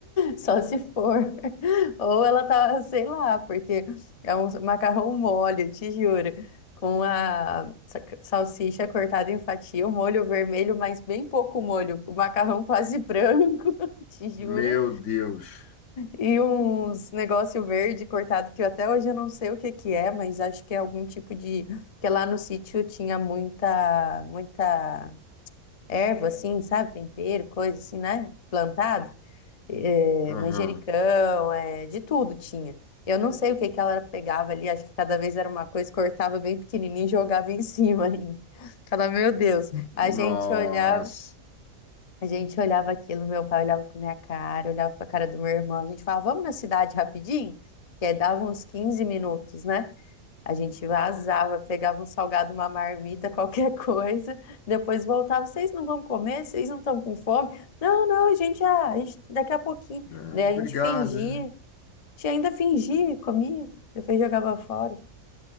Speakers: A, on the left; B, on the left.
A: só se for. Ou ela tá, sei lá, porque é um macarrão mole, eu te juro. Com a sa- salsicha cortada em fatia, o molho vermelho, mas bem pouco molho. O macarrão quase branco, <laughs> te juro.
B: Meu Deus.
A: E uns negócio verde cortado, que eu até hoje eu não sei o que que é, mas acho que é algum tipo de... Que lá no sítio tinha muita, muita erva, assim, sabe? Tempero, coisa assim, né? Plantado. É,
B: Aham.
A: manjericão, é, de tudo tinha. Eu não sei o que que ela pegava ali, acho que cada vez era uma coisa, cortava bem pequenininho e jogava em <laughs> cima ainda. Falava, meu Deus,
B: Nossa.
A: a gente olhava. A gente olhava aquilo, meu pai olhava pra minha cara, olhava pra cara do meu irmão. A gente falava, vamos na cidade rapidinho? Que aí dava uns 15 minutos, né? A gente vazava, pegava um salgado, uma marmita, <laughs> qualquer coisa. Depois voltava, vocês não vão comer? Vocês não estão com fome? Não, não, a gente, ah, a gente daqui a pouquinho.
B: É,
A: Daí a
B: obrigado.
A: gente fingia,
B: é.
A: a gente ainda fingia, comia, depois jogava fora.